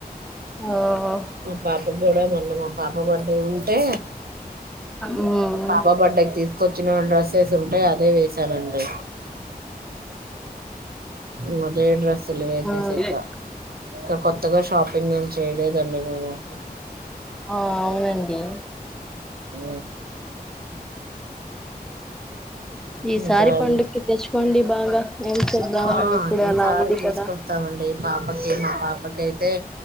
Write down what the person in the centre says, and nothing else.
ఆహా
ఉమ్
ఆ
ఆ అవునండి
ఈసారి
పండుగకి తెచ్చుకోండి బాగా ఏం చేద్దాం
ఇప్పుడు
అలా ఉంది
కదా